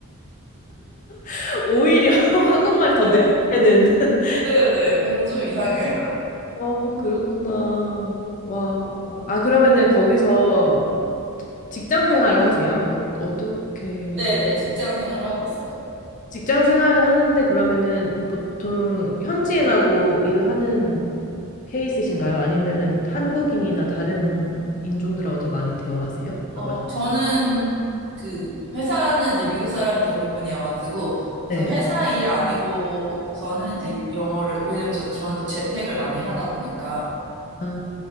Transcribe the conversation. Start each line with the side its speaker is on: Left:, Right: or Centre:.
Left: <laughs> 오히려 <laughs> 한국말이 더
Right: 네.
Left: 늘리는. <laughs>
Right: 네네. 그래서 좀 이상해요.
Left: 어, 그렇구나. 와. 아, 그러면은 거기서 직장 생활을 하세요? 어, 어떻게
Right: 네네. 직장 생활을 하고 있어요.
Left: 직장 생활을 하는데 그러면은 보통 현지인하고 일하는 케이스신가요? 아니면은 한국인이나 다른 인종들하고 더 많이 대화하세요? 아,
Right: 어,
Left: 뭐야?
Right: 저는 그, 회사는 이제 미국 사람이 대부분이어가지고, 그래서
Left: 네.
Right: 회사 일 아니고서는 이제 영어를, 왜냐면 저, 저는 또 재택을 많이 하다 보니까,
Left: 아,